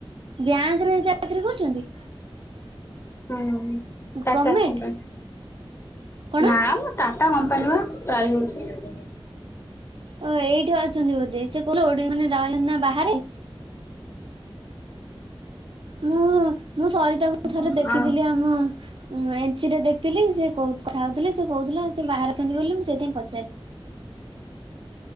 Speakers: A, on the right; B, on the left.
A: ବ୍ୟାଙ୍କରେ ଚାକିରି କରିଚନ୍ତି?
B: ହୁଁ
A: ଗଭର୍ଣମେଣ୍ଟ
B: ଟାଟା କମ୍ପାନୀ
A: କଣ
B: ନାମ ଟାଟା କମ୍ପାନୀପା ପ୍ରାଇଭେଟ୍ ରେ।
A: ଓ ଏଇଠି ଅଛନ୍ତି ବୋଧେ ସେକୋଉଥିଲେ ଓଡ଼ି ମାନେ ରହିଚନ୍ତି ନା ବାହାରେ। ମୁଁ ମୁଁ ସରିତାଙ୍କୁ ଥରେ
B: ଆ
A: ଦେଖିଥିଲି
B: ଆଉ
A: ଆମ ଉଁ ଏନ୍ ସି ରେ ଦେଖଥିଲି ସେ କୋ କଥା ହଉଥିଲେ ସେ କହୁଥିଲା ସେ ବାହାରେ ଅଛନ୍ତି ବୋଲି ମୁଁ ସେଇଥିାଇଁ ପଚାରିଲି।